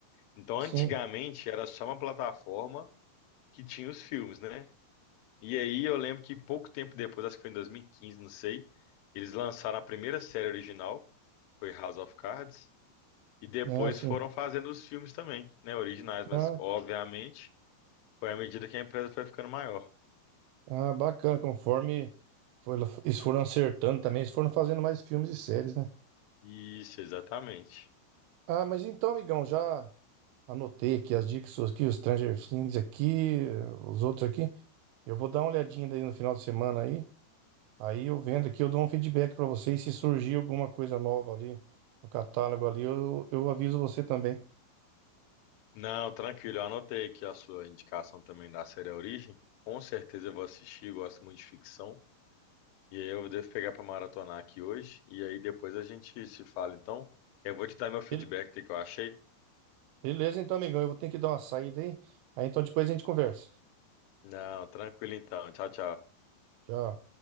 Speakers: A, on the left (about 80°); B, on the right (about 80°).
A: Então,
B: Sim.
A: antigamente, era só uma plataforma que tinha os filmes, né? E aí eu lembro que pouco tempo depois, acho que foi em 2015, não sei, eles lançaram a primeira série original, foi House of Cards, e depois
B: Ah, sim.
A: foram fazendo os filmes também, né, originais, mas
B: Ah,
A: obviamente foi à medida que a empresa foi ficando maior.
B: ah, bacana, conforme foi, eles foram acertando também, eles foram fazendo mais filmes e séries, né?
A: Isso, exatamente.
B: Ah, mas então, amigão, já anotei aqui as dicas suas aqui, os Stranger Things aqui, os outros aqui. Eu vou dar uma olhadinha daí no final de semana aí. Aí eu vendo aqui, eu dou um feedback pra vocês. Se surgir alguma coisa nova ali no catálogo ali, eu, eu aviso você também.
A: Não, tranquilo. Eu anotei aqui a sua indicação também da série A Origem. Com certeza eu vou assistir, gosto muito de ficção. E aí eu devo pegar para maratonar aqui hoje. E aí depois a gente se fala, então. Eu vou te dar meu feedback
B: Bel-
A: do que eu achei.
B: Beleza, então, amigão. Eu vou ter que dar uma saída aí. Aí então depois a gente conversa.
A: Não, tranquilo então. Tchau, tchau.
B: Tchau.